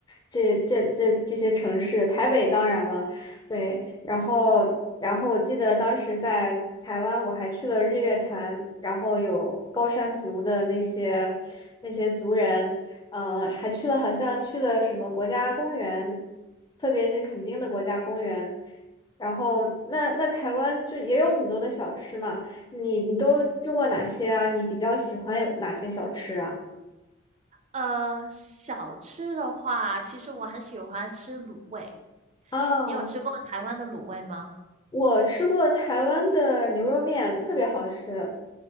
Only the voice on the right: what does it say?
嗯，
呃，小吃的话，其实我很喜欢吃卤味，
你有吃过台湾的卤味吗？